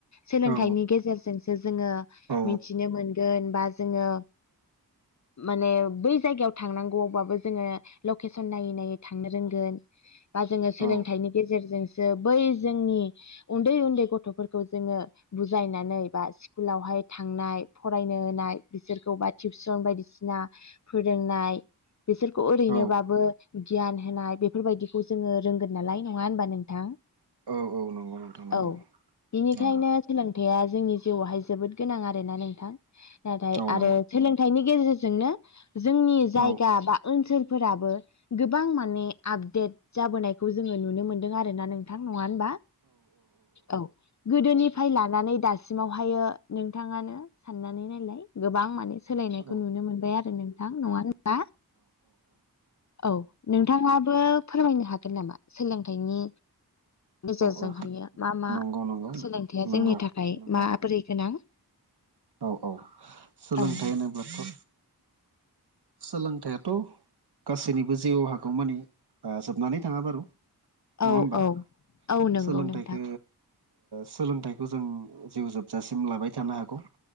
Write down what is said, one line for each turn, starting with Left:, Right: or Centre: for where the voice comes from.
Left: सोलोंथाइनि
Right: औ
Left: गेजेरजोंसो जोङो
Right: औ
Left: मिथिनो मोनगोन बा जोङो माने बै जायगायाव थांनांगौआवबाबो जोङो लकेसन नायै नायै थांनो रोंगोन बा जोङो सोलोंथाइनि
Right: औ
Left: गेजेरजोंसो बै जोंनि उन्दै उन्दै गथ'फोरखौ जोङो बुजायनानै बा स्कुलावहाय थांनाय फरायनो होनाय बिसोरखौबा टिउसन बायदिसिना फोरोंनाय बिसोरखौ ओरैनोबाबो
Right: औ
Left: गियान होनाय बेफोरबायदिखौ जोङो रोंगोन नालाय नङा होनबा नोंथां
Right: औ औ नंगौ नोंथां नंगौ
Left: औ बेनिखायनो
Right: नंगौ
Left: सोलों खोथाया जोंनि जिउआवहाय जोबोद गोनां आरोना नोंथां नाथाय
Right: औ
Left: आरो
Right: नंगौ
Left: सोलोंथाइनि गेजेरजोंनो जोंनि
Right: औ
Left: जायगा बा ओनसोलफोराबो गोबां माने आपडेट जाबोनायखौ जोङो नुनो मोनदों आरोना नोंथां नङा होनबा औ गोदोनिफ्राय
Right: औ
Left: लानानै दासिमावहायो नोंथाङानो साननानै नायलाय गोबां माने सोलायनायखौ
Right: औ
Left: नुनो मोनबाय आरो नोंथां नङा औ नोंथाङा फोरमायनो हागोन नामा सोलोंथाइनि गेजेरजोंहायो
Right: औ
Left: मा मा
Right: नंगौ नंगौ
Left: सोलोंथायाइया
Right: नंगौ
Left: जोंनि थाखाय
Right: नंगौ
Left: माबोरै गोनां
Right: औ औ सोलोंथाइ
Left: औ
Right: होनोब्लाथ' सोलोंथाइथ' गासैनिबो जिउआव हागखौ माने जोबनानै थाङा बार' नङा
Left: औ
Right: होमबा
Left: औ औ नंगौ
Right: सोलोंथाइख
Left: नोंथां
Right: सोलोंथाइखौ जों जिउ जोबजासिम लाबाय थानो हागौ